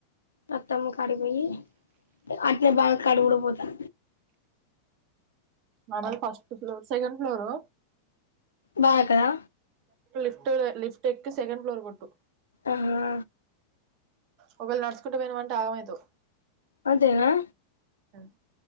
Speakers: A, on the left; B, on the right.
A: రత్తమ్ము కాడికి పోయి అట్టనే బావా కాడికి కూడా పోతా
B: మాదే ఫస్ట్ ఫ్లోర్ సెకండ్ ఫ్లోరు
A: బా కదా
B: లిఫ్ట్ లిఫ్ట్ ఎక్కి సెకండ్ ఫ్లోర్ కొట్టు
A: ఆహా
B: ఒకవేళ నడుచుకుంట పోయినవ్ అంటే ఆగమైతవ్
A: అంతేనా
B: ఆ